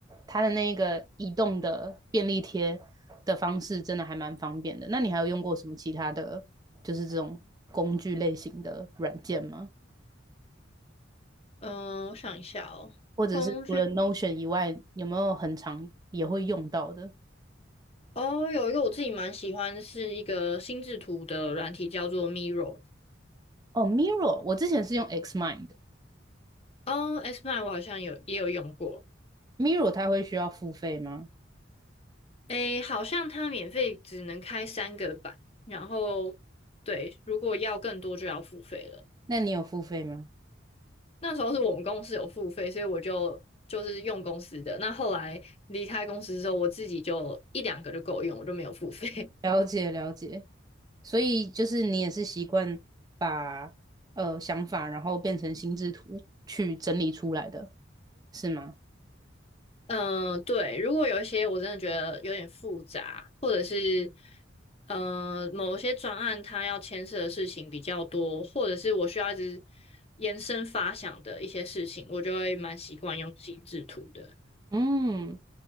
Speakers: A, on the right (about 20°); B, on the left (about 30°).
A: 它的那个移动的便利贴的方式，真的还蛮方便的。那你还有用过什么其他的，就是这种工具类型的软件吗？
B: 嗯，我想一下哦，
A: 或者是除了
B: 工具
A: Notion 以外，有没有很常也会用到的？
B: 哦，有一个我自己蛮喜欢，是一个心智图的软体，叫做 Miro。
A: 哦，Miro，r r 我之前是用 Xmind，Miro
B: 哦 s mine 我好像有也有用过。
A: r r 它会需要付费吗？
B: 诶，好像它免费只能开三个版，然后对，如果要更多就要付费了。
A: 那你有付费吗？
B: 那时候是我们公司有付费，所以我就就是用公司的。那后来离开公司之后，我自己就一两个就够用，我就没有付费。<laughs>
A: 了解了解，所以就是你也是习惯把呃想法，然后变成心智图去整理出来的，是吗？
B: 嗯，对，如果有一些我真的觉得有点复杂，或者是呃某些专案它要牵涉的事情比较多，或者是我需要一直延伸发想的一些事情，我就会蛮习惯用心制图的。
A: 嗯，